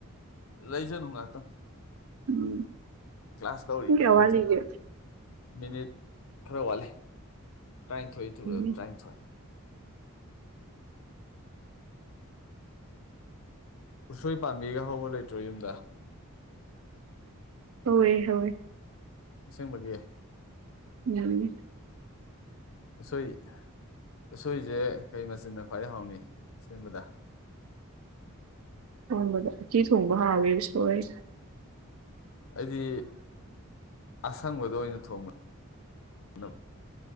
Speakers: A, on the left; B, on the right.
A: ꯂꯩꯖꯅꯨ ꯉꯍꯥꯛꯇꯪ꯫
B: ꯎꯝ
A: ꯀ꯭ꯂꯥꯁ ꯇꯧꯔꯤ
B: ꯄꯨꯡ
A: ꯃꯥꯏ
B: ꯀꯌꯥ
A: ꯈꯪꯖꯅꯤ꯫
B: ꯋꯥꯠꯂꯤꯒꯦ
A: ꯃꯤꯅꯤꯠ ꯈꯔ ꯋꯥꯠꯂꯤ꯫ ꯇ꯭ꯔꯥꯅꯤꯊꯣꯏ <unintelligible>
B: ꯎꯝ
A: ꯇꯔꯥꯅꯤꯊꯣꯏ ꯎꯁꯣꯏ ꯄꯥꯝꯕꯤꯒ ꯍꯧꯕ ꯂꯩꯇ꯭ꯔꯣ ꯌꯨꯝꯗ?
B: ꯍꯧꯑꯦ ꯍꯧꯑꯦ
A: ꯑꯁꯦꯡꯕꯒꯤ?
B: <unintelligible>
A: ꯎꯁꯣꯏ ꯎꯁꯣꯏꯖꯦ ꯀꯩ ꯃꯆꯟꯅ ꯈ꯭ꯋꯥꯏ ꯍꯥꯎꯅꯤ ꯁꯦꯝꯕꯗ?
B: ꯊꯣꯡꯕꯗ꯫ ꯎꯇꯤ ꯊꯣꯡꯕ ꯍꯥꯎꯋꯦ ꯎꯁꯣꯢ
A: ꯑꯩꯗꯤ ꯑꯁꯪꯕꯗ ꯑꯣꯏꯅ ꯊꯣꯡꯕ ꯅ